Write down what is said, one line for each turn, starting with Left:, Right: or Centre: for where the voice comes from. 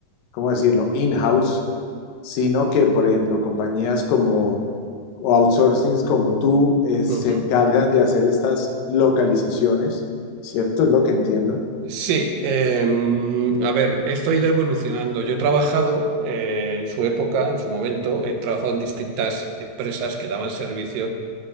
Left: ¿cómo decirlo?, in-house, sino que, por ejemplo, compañías como o outsourcings como tú eh, se
Right: Ujú.
Left: encargan de hacer estas localizaciones, ¿cierto? Es lo que entiendo.
Right: Sí, em, a ver, esto ha ido evolucionando. Yo he trabajado eh, en su época, en su momento, he trabajado en distintas empresas que daban servicio